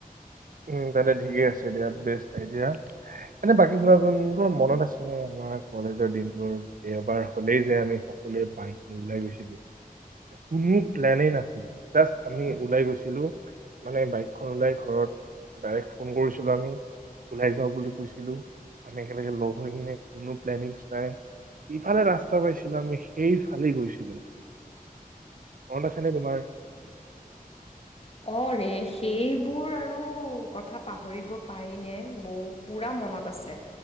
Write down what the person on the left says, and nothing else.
অ ৰেখ। সেইবোৰ আৰু কথা পাহৰিব পাৰিনে ব পুৰা মনত আছে।